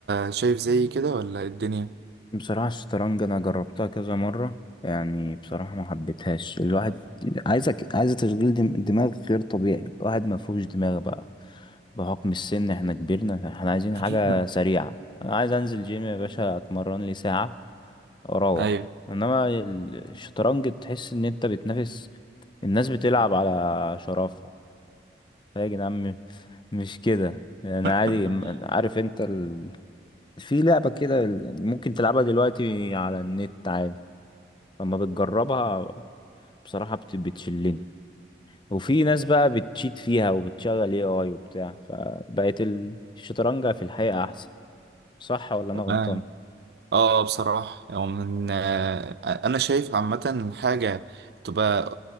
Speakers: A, on the right (about 60°); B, on the left (about 25°).
A: شايف زي كده ولا إيه الدنيا
B: بصراحة الشطرنج أنا جربتها كذا مرة يعني بصراحة ما حبيتهاش الواحد عايزك عايز تشغيل دم- دماغ غير طبيعي الواحد ما فيهوش دماغ بقى بحكم السن احنا كبرنا احنا عايزين
A: <laughs>
B: حاجة سريعة أنا عايز أنزل جيم يا باشا أتمرن لي ساعة وأروح
A: ايوه
B: إنما ال- الشطرنج تحس إن أنت بتنافس الناس بتلعب على شرفها يا جدعان م- مش كده أنا
A: <laughs>
B: عادي م- عارف أنت ال... في لعبة كده ال- ممكن تلعبها دلوقتي على النت عادي اما بتجربها بصراحة بت- بتشلني وفي ناس بقى بتشيت فيها وبتشغل اي اي وبتاع فبقت الشطرنج في الحقيقة احسن صح ولا
A: تمام
B: انا غلطان
A: اه بصراحة هو من آه، انا شايف عامة حاجة تبقى